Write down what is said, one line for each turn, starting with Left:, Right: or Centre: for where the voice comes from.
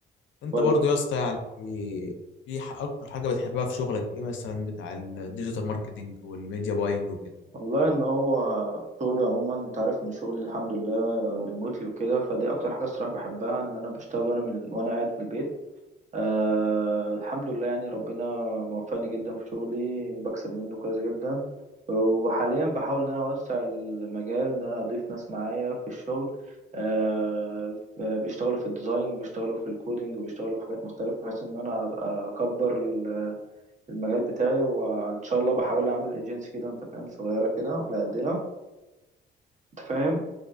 Left: انت
Right: كويس
Left: برضو يا اسطى يعني في ح- اكتر حاجه بتحبها في شغلك ايه مثلا بتاع الديجيتال ماركتنج والميديا باينج وكده
Right: والله ان هو شغلي عموما انت عارف ان شغلي الحمد لله ريموتلي وكده فدي اكتر حاجه الصراحه بحبها ان انا بشتغل وانا من وانا قاعد في البيت أه الحمد لله يعني ربنا موفقني جدا في شغلي بكسب منه كويس جدا وحاليا بحاول ان انا اوسع المجال ان انا اضيف ناس معايا في الشغل أه آه، بيشتغلوا في الديزاين وبيشتغلوا في الكودينج وبيشتغلوا في حاجات مختلفة بحيث ان انا اكبر المجال بتاعي وان شاء الله بحاول اعمل ايجنسي كده انت فاهم صغيرة كده على قدنا انت فاهم